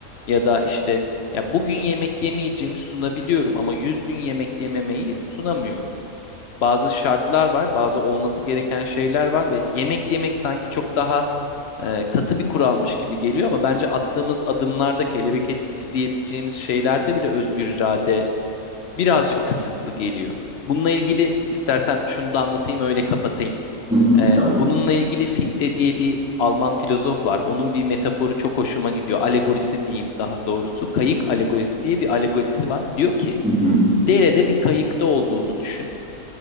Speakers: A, on the left (about 55°); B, in the centre.
A: ya da işte ya bugün yemek yemeyeceğimi sunabiliyorum ama 100 gün yemek yememeyi sunamıyorum bazı şartlar var, bazı olması gereken şeyler var ve yemek yemek sanki çok daha e, katı bir kuralmış gibi geliyor ama bence attığımız adımlarda kelebek etkisi diyebileceğimiz şeylerde bile özgür irade birazcık kısıtlı geliyor. Bununla ilgili istersen şunu da anlatayım öyle kapatayım.
B: Hı hı.
A: E,
B: Tamam.
A: bununla ilgili Fichte diye bir Alman filozof var. Onun bir metaforu çok hoşuma gidiyor. Alegorisi diyeyim daha doğrusu. Kayık alegorisi diye bir alegorisi var. Diyor ki
B: Hı hı.
A: derede bir kayıkta olduğunu düşün